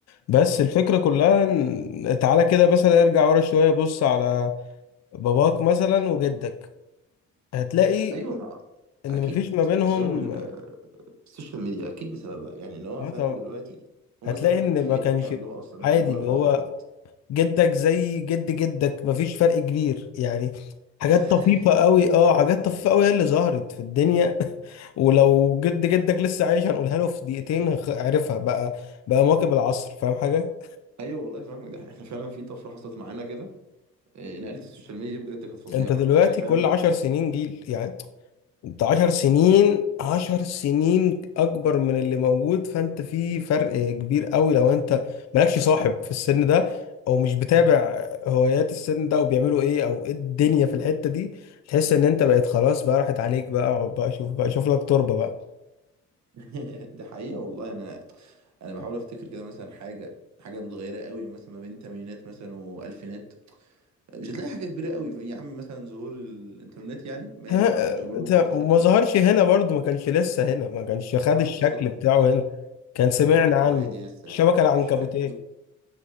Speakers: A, on the left; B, on the right.
A: بس الفكره كلها إن- تعالى كده مثلا ارجع ورا شويه بص على باباك مثلا وجدك هتلاقي
B: ايوه ما
A: ان
B: اكيد
A: مفيش ما بينهم
B: بسبب ال- السوشيال ميديا اكيد بسببها يعني اللي هو
A: آه
B: فاهم
A: طبعا.
B: دلوقتي هما
A: هتلاقي
B: زمان ما
A: ان
B: كانوش
A: ما
B: لاقيين
A: كانش
B: حاجه يعملوها اصلا
A: عادي
B: غير ان هو
A: اللي
B: يبقوا
A: هو
B: مع بعض
A: جدك زي جد جدك مفيش فرق كبير يعني حاجات
B: <laughs>
A: طفيفة قوي اه حاجات طفيفة قوي هي اللي ظهرت في الدنيا <laughs> ولو جد جدك لسه عايش هنقولها له في دقيقتين هخ- عرفها بقى بقى مواكب العصر فاهم حاجة
B: ايوه والله فاهمك ده احنا فعلا في طفره حصلت معانا كده إيه، نقله السوشيال ميديا دي بجد كانت فظيعه
A: انت دلوقتي
B: يعني فاهم
A: كل عشر سنين جيل يعني انت عشر سنين عشر سنين اكبر من اللي موجود فانت في فرق كبير قوي لو انت مالكش صاحب في السن ده او مش بتابع هوايات السن ده وبيعملوا ايه او ايه الدنيا في الحتة دي تحس ان انت بقيت خلاص بقى راحت عليك بقى اقعد بقى شوف بقى شوف لك تربة بقى
B: <laughs> ده حقيقه والله يعني انا انا بحاول افتكر كده مثلا حاجه حاجه متغيره قوي مثلا ما بين تمانينات مثلا والفينات مش هتلاقي حاجة كبيرة قوي ف- يا عم مثلا ظهور الإنترنت يعني ماشي
A: ها
B: ما كانش برضه
A: انت
B: منتشر
A: وما
B: قوي
A: ظهرش هنا برضو ما كانش لسه هنا ما كانش خد
B: اه
A: الشكل
B: بالظبط
A: بتاعه هنا كان سمعنا
B: اللي
A: عنه
B: هو عادي لسه
A: الشبكة
B: يعني
A: العنكبوتية
B: مفيش حاجة